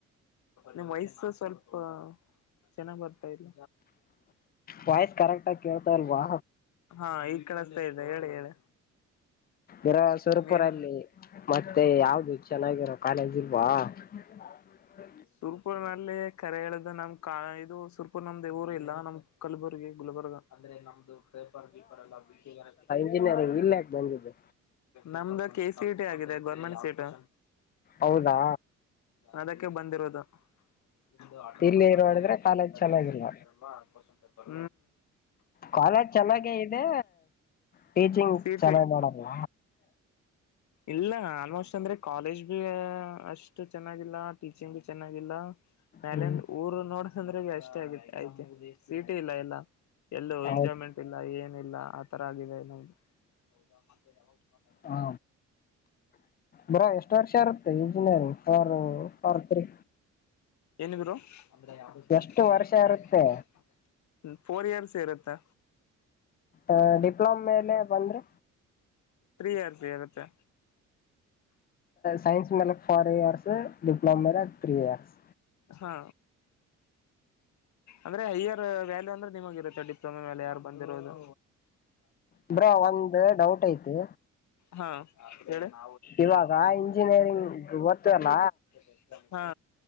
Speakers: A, on the left (about 70°); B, on the left (about 30°).
A: ನಿಮ್ ವಾಯ್ಸ್ ಸ್ವಲ್ಪ ಹ ಚೆನ್ನಾಗ್ ಬರ್ತಾ ಇಲ್ಲ.
B: ವಾಯ್ಸ್ ಕರೆಕ್ಟ್ ಆಗಿ ಕೇಳ್ತಾ ಇಲ್ವಾ
A: ಹಾ ಈ ಕಳಿಸ್ತಾ ಇದೆ ಹೇಳಿ ಹೇಳಿ
B: ಇರೋ ಸುರಪುರಲ್ಲಿ
A: ಏನು
B: ಮತ್ತೆ ಯಾವ್ದ ಚೆನ್ನಾಗಿರೋ ಕಾಲೇಜ್ ಇಲ್ವಾ <inaudible>
A: ಸುರ್ಪುರ್ ನಲ್ಲಿ ಕರೆ ಹೇಳ್ದ ನಮ್ ಕ ಇದು ಸುರ್ಪುರ್ ನಮ್ದೇ ಊರು ಇಲ್ಲ ನಮ್ ಕಲ್ಬುರ್ಗಿ ಗುಲ್ಬರ್ಗ ಅಂದ್ರೆ ನಮ್ದು ಪೇಪರ್ ಗಿಪರ್ ಎಲ್ಲಾ ಬಿಗ <unintelligible>
B: <unintelligible> ಇಲ್ಲಾಕೆ ಬಂದಿದ್ದು?
A: ನಮ್ದು ಕೆ ಸಿಟಿ ಆಗಿದೆ ಗೌರ್ಮೆಂಟ್ ಸೀಟು.
B: ಹೌದಾ
A: ಅದಕ್ಕೆ ಬಂದಿರೋದು. ನಿಮ್ದು ಆಟೋನಾಮಸ್
B: ಇಲ್ಲಿ
A: ಆದ್ರೆ
B: ನೋಡಿದ್ರೆ
A: ನಿ
B: ಕಾಲೇಜ್ ಚೆನ್ನಾಗಿಲ್ಲ
A: ಚರ್ತಾರಲ್ವಾ ಕ್ವಶನ್ ಪೇಪರ್
B: ಕಾಲೇಜ್ ಚೆನ್ನಾಗೇ ಇದೆ ಟೀಚಿಂಗ್
A: ಸಿಟಿ
B: ಚೆನ್ನಾಗ್ ಮಾಡಲ್ಲ
A: ಇಲ್ಲ ಆಲ್ಮೋಸ್ಟ್ ಅಂದ್ರೆ ಕಾಲೇಜ್ ಭ ಅಷ್ಟು ಚೆನ್ನಾಗಿಲ್ಲ ಟೀಚಿಂಗ್ ಚೆನ್ನಾಗಿಲ್ಲ. ಮೇಲೆಂದು
B: ಹ್ಮ್
A: ಊರು ನೋಡಂದ್ರೆ ಅಷ್ಟೇ ಐತೆ ಸಿಟಿ ಇಲ್ಲ ಎಲ್ಲ ಎಲ್ಲೂ
B: ಹೌದು
A: ಎಂಜಾಯ್ಮೆಂಟ್ ಇಲ್ಲ ಏನಿಲ್ಲ ಆ ತರ ಆಗಿದೆ ನೋಡ್ ಹೌದ ಮತ್ತೆ ಯಾವಾಗ ಸ್ಟಾಟ್ ಆಗೋದು
B: ಹಾ ಬ್ರೊ ಎಷ್ಟು ವರ್ಷ ಇರುತ್ತೆ ಇಂಜಿನಿಯರಿಂಗ್ ಪರ್ ಪರ್ ತ್ರೀ
A: ಏನು ಬ್ರೊ ಅಂದ್ರೆ ಯಾವ್ದು <unintelligible> <unintelligible>
B: ಎಷ್ಟು ವರ್ಷ ಇರುತ್ತೆ
A: ಮಾಡಿಲ್ಲ ಅಂತ ಫೋರ್ ಇಯರ್ಸ್ ಇರುತ್ತೆ
B: ಅ ಡಿಪ್ಲೊಮ್ ಮೇಲೆ ಬಂದ್ರೆ?
A: ತ್ರೀ ಇಯರ್ಸ್ ಇರುತ್ತೆ
B: ಸೈನ್ಸ್ ಮೇಲೆಕ್ ಫೋರು ಇಯರ್ಸ್ ಡಿಪ್ಲೋಮ ಮೇಲೆ ತ್ರೀ ಇಯರ್ಸ್
A: ಹಾ ಅಂದ್ರೆ ಹೈಯರ್ ವ್ಯಾಲ್ಯೂ ಅಂದ್ರೆ ನಿಮಗ ಇರುತ್ತೆ ಡಿಪ್ಲೊಮ ಮೇಲೆ ಯಾರು ಬಂದಿರದು
B: ಅಂದ್ರ ಒಂದ್ ಡೌಟ್ ಐತಿ?
A: ಹಾ ಹೇಳಿ <unintelligible>
B: ಇವಾಗ ಇಂಜಿನಿಯರಿಂಗ್ ಓದ್ತವಲ್ಲ
A: <unintelligible> <unintelligible> ಹಾ